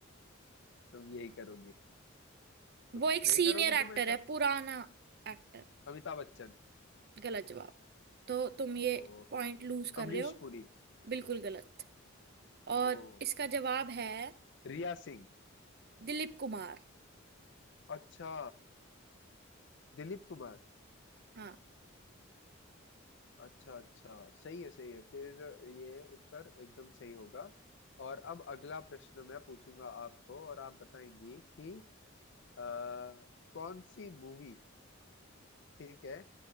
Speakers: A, on the left; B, on the right.
A: तुम यही करोगी तो
B: वो एक
A: नहीं
B: सीनियर
A: करोगी
B: एक्टर
A: तुम ऐसा
B: है पुराना एक्टर
A: अमिताभ बच्चन
B: गलत जवाब तो तुम ये
A: तो
B: पॉइंट लूज कर
A: अमरीश
B: रहे हो
A: पुरी
B: बिल्कुल गलत और
A: तो
B: इसका जवाब है
A: रिया सिंह
B: दिलीप कुमार
A: अच्छा दिलीप कुमार
B: हाँ
A: अच्छा अच्छा सही है सही है फिर ये उत्तर एकदम सही होगा और अब अगला प्रश्न मैं पूछूंगा आपको और आप बताएंगी कि आ, कौन सी मूवी ठीक है